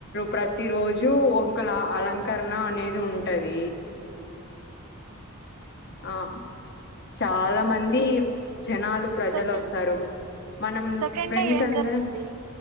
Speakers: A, on the left; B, on the right.
A: ప్రతి రోజు ఒకక అలంకరణ అనేది ఉంటది ఆ చాలా మంది జనాలు ప్రజలు
B: సెకండ్
A: వస్తారు మనం
B: సెకండ్
A: ఫ్రెండ్స్
B: డే ఏం
A: అంద
B: జరిగింది